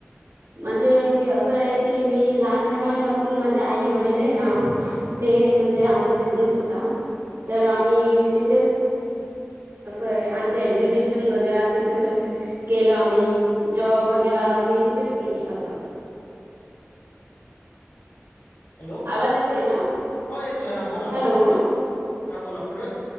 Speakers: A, on the right (about 75°); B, on the left (about 80°).
A: म्हणजे की असं आहे की मी लहानप्रेमाणापासून माझे आई वडील आहे ना ते म्हणजे आमचा बिझनेस होता. तर आम्ही तिथेच असं आहे आमच्या एज्युकेशन वगैरे त च केलं आम्ही जॉब वगैरे मी तिथेच केले असं
B: हॅलो
A: आवाज येतेय ना.
B: हो येतोय हा बोला
A: हॅलो
B: मग पुढं हा बोला पुढं.